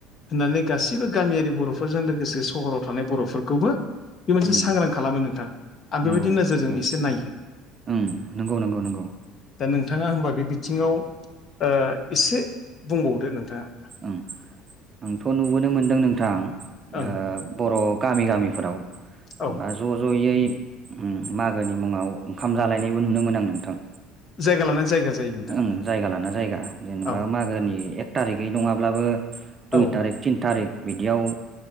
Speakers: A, on the left; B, on the right.
A: होननानै गासैबो गामियारि बर'फोरजों लोगोसे सहराव थानाय बर'फोरखौबो। बे मोनसे
B: ओम
A: सांग्रां खालामो नोंथां आं
B: नंगौ
A: बेबायदि नोजोरजों
B: ओं
A: एसे नायो।
B: ओं नंगौ नंगौ नंगौ
A: दा नोंथाङा होनबा बे बिथिङाव ओ एसे बुंबावदो नोंथाङा
B: ओं आंथ' नुबोनो मोनदों नोंथां
A: ओं
B: ओ बर' गामि गामिफोराव जेनेबा
A: औ
B: ज' ज'यै उम मागोनि मुङाव ओंखाम जालायनायबो नुयोमोन आं नोंथां
A: जायगा लानानै जायगा जायो नोंथां
B: ओं जायगा लाना जायगा जेनेबा
A: ओं
B: मागोनि एक थारिखै नङाब्लाबो दुइ
A: औ
B: थारिख थिन थारिख बिदियाव